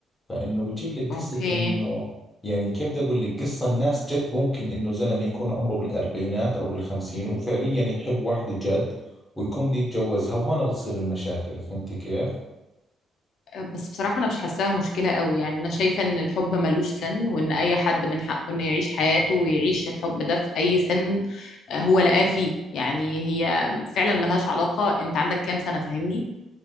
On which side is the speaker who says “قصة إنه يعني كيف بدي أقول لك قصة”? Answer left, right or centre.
Left